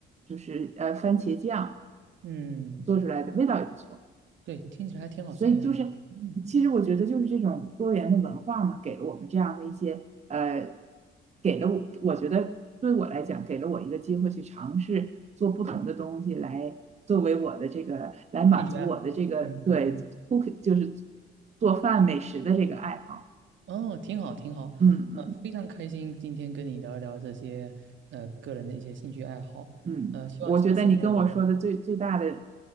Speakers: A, on the right; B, on the right.
A: 就是呃番茄酱
B: 嗯，
A: 做出来的味道也不错。
B: 对，听起来还挺好吃的样子。
A: 所以就是，
B: 嗯，
A: 其实我觉得就是这种多元的文化嘛，给了我们这样的一些呃，给了我，我觉得对我来讲，给了我一个机会去尝试做不同的东西，来作为我的这个来满足我的这个对
B: 兴趣爱好，嗯嗯
A: cook 就是做饭美食的这个爱好。
B: 嗯，哦，挺好挺好，
A: 嗯嗯
B: 呃，非常开心今天跟你聊一聊这些呃个人的一些兴趣爱好，
A: 嗯，
B: 呃，希望下次呢我们
A: 我觉得你跟我说的最最大的